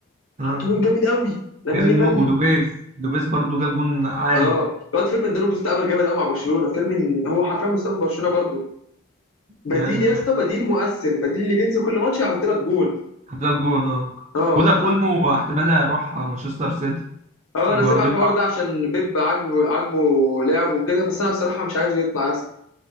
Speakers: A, on the right; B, on the left.
A: اه
B: حط جون جامد قوي لامين
A: جامد
B: يامال
A: مو ودوبيز دوبيز برضو جاب جون عالي
B: اه الواد فيرمين ده له مستقبل جامد قوي مع برشلونه فيرمين هو حرفيا مستقبل برشلونه برضه بديل
A: ايوه
B: يا
A: ده
B: اسطى
A: حقيقي.
B: بديل مؤثر بديل اللي بينزل كل ماتش هيحط لك جون
A: حط لك جون اه
B: اه
A: بقول لك اولمو احتمال يروح مانشستر سيتي
B: اه
A: جوارديولا
B: انا سامع الحوار ده عشان بيب عاجبه عاجبه لعبه وكده بس انا بصراحه مش عايزه يطلع يا اسطى